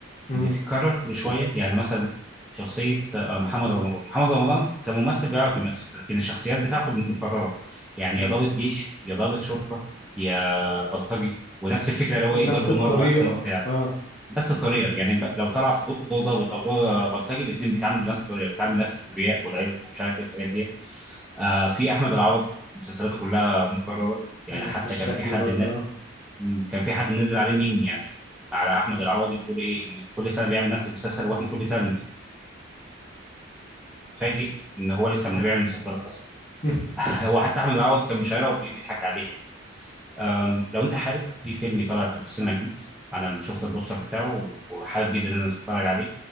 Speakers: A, on the left; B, in the centre.
A: مم.
B: بتتكرر كل شويه يعني مثلا شخصيه آه، محمد رمضان محمد رمضان كممثل بيعرف يمثل لكن الشخصيات بتاعته مكرره يعني
A: آه.
B: يا ضابط جيش يا ضابط شرطه يا بلطجي ونفس الفكره اللي هو
A: ونفس
B: إيه، ضرب نار
A: الطريقة
B: واكشن وبتاع
A: اه
B: نفس الطريقه يعني ب- لو طلع في دور دور ضابط او دور بلطجي الاثنين بيتعاملوا بنفس الطريقه بيتعاملوا بنفس الكبرياء والعز ومش عارف ايه الحاجات ديت آه في احمد العوضي مسلسلاته كلها مكرره يعني
A: نفس
B: حتى
A: الشكل
B: كان في حد
A: برضه
B: من
A: آه.
B: مم. كان في حد منزل عليه ميم يعني على احمد العوضي بيقول ايه ان كل سنه بيعمل نفس المسلسل واحنا كل سنه بنتفاجئ ان هو لسه ما بيعمل مسلسلات اصلا
A: <laughs>
B: <laughs> هو حتى احمد العوضي كان مشايره وبيضحك عليها يعني أم، لو انت حابب في فيلم طالع في السينما جديد انا شفت البوستر بتاعه وحابب جدا ان انا اتفرج عليه